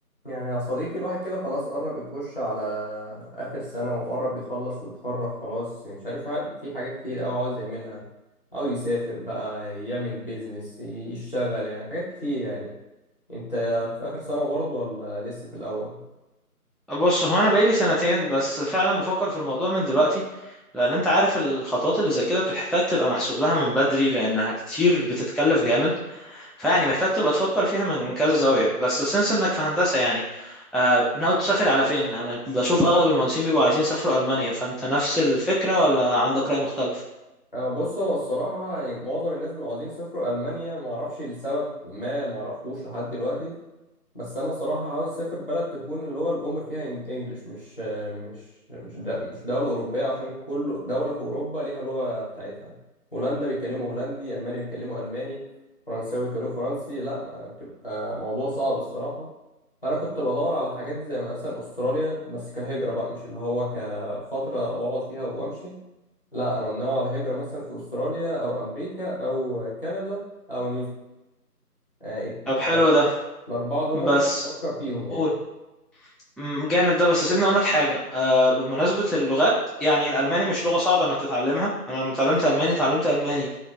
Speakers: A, on the left (about 35°); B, in the centre.
A: يعني يا صديقي الواحد كده خلاص قرب يخش على آخر سنة وقرب يخلص ويتخرج خلاص يعني مش عارف واحد في حاجات كتير أوي عاوز يعملها أو يسافر بقى يعمل بيزنس يشتغل يعني حاجات كتير يعني أنت في آخر سنة برضه ولا لسه في الأول؟
B: بص هو انا بقالي سنتين بس فعلا بفكر في الموضوع من دلوقتي لان انت عارف الخطوات اللي زي كده بتحتاج تبقى محسوب لها من بدري لانها كتير بتتكلف جامد فيعني محتاج تبقى تفكر فيها من كذا زاوية بس سنس انك في هندسة يعني آه ناوي تسافر على فين انا بشوف اغلب المهندسين بيبقوا عايزين يسافروا المانيا فانت نفس الفكرة ولا عندك رأي مختلف
A: أه بص هو الصراحة يعني معظم الناس بيبقوا عاوزين يسافروا ألمانيا معرفش لسبب ما معرفوش لحد دلوقتي بس انا الصراحه عاوز اسافر بلد تكون اللغه الام فيها إنج- انجليش مش مش مش د- مش دوله اوروبيه عشان كل دوله في اوروبا ليها لغه بتاعتها هولندا بيتكلموا هولندي الماني بيتكلموا الماني فرنساوي بيتكلموا فرنسي لا بتبقى موضوع صعب الصراحه فانا كنت بدور على حاجات زي مثلا استراليا بس كهجره بقى مش اللي هو كفتره واقعد فيها وامشي لا انا منوع على هجره مثلا في استراليا او امريكا او كندا او نيوزيلندا
B: طب حلو ده
A: الأربعة دول
B: بس
A: أنا بفكر فيهم يعني
B: قول مم، جامد ده بس سيبني اقول لك حاجه آه بمناسبه اللغات يعني الالماني مش لغه صعبه انك تتعلمها انا لما اتعلمت الماني اتعلمت الماني